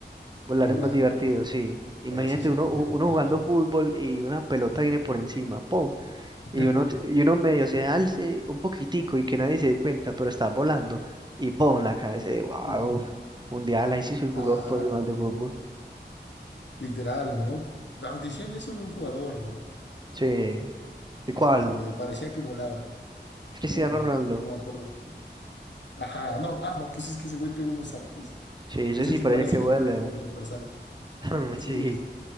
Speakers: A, on the right (about 25°); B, on the left (about 80°).
A: Volar
B: ¿Volar?
A: es más divertido, sí. Imagínate
B: Eso sí,
A: uno, ju-
B: definitivamente.
A: uno jugando fútbol y una pelota viene por encima, ¡pum!
B: <laughs>
A: Y uno, se- y uno medio se alce un poquitico y que nadie se dé cuenta, pero estás volando y ¡pum! La cabeza de wow,
B: Ujú.
A: mundial, ahí sí soy jugador
B: Ah,
A: profesional
B: que-
A: de fútbol.
B: literal, ¿no? Ah, Decían eso de un jugador, ¿no?
A: Sí. ¿Y cuál?
B: De que parecía que volaba.
A: Cristiano
B: No,
A: Ronaldo.
B: no me acuerdo. Ajá, no, ah, no, pues es que ese güey pega unos saltos.
A: Sí, ese
B: Ese
A: sí
B: sí
A: parece
B: parece
A: que vuela.
B: que trae el super salto.
A: <laughs>
B: Sí,
A: Sí,